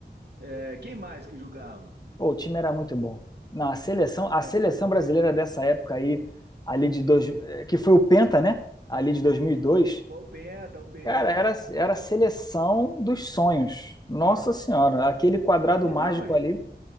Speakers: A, on the right; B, on the left.
A: é, quem mais que jogava?
B: Pô, o time era muito bom. Não, a seleção, a seleção
A: É,
B: brasileira dessa época aí, ali de dois, eh, que foi o Penta, né? Ali de 2002,
A: foi, o foi o Penta, o Penta.
B: Cara, era, era a seleção dos sonhos. Nossa Senhora, aquele quadrado
A: E,
B: mágico
A: não, e,
B: ali.